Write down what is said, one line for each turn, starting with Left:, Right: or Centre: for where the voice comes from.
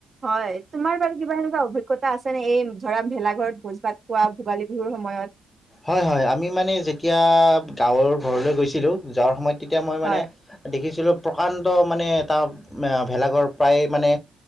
Right: হয় তোমাৰ বাৰ কিবা এনেকুৱা অভিজ্ঞতা আছে নে এই ধৰা ভেলাঘৰত ভোজ ভাত খোৱা ভোগালী বিহুৰ সময়ত
Left: হয়, হয়, আমি মানে যেতিয়া গাঁৱৰ ঘৰলৈ গৈছিলোঁ যোৱাৰ সময়ত তেতিয়া মই মানে
Right: হয়
Left: দেখিছিলোঁ প্ৰকাণ্ড মানে এটা ভেলাঘৰ প্ৰায় মানে